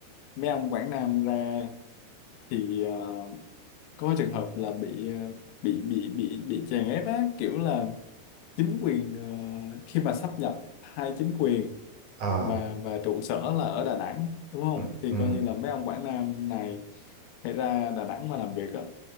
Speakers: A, on the left; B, on the right.
A: mấy ông Quảng Nam ra thì ờ, có trường hợp là bị ờ, bị bị bị bị chèn ép á kiểu là chính quyền ờ, khi mà sáp nhập hai chính quyền
B: à
A: và và trụ sở là ở Đà Nẵng đúng không
B: ừ,
A: thì
B: ừ,
A: coi như là mấy ông Quảng Nam này phải ra Đà Nẵng mà làm việc á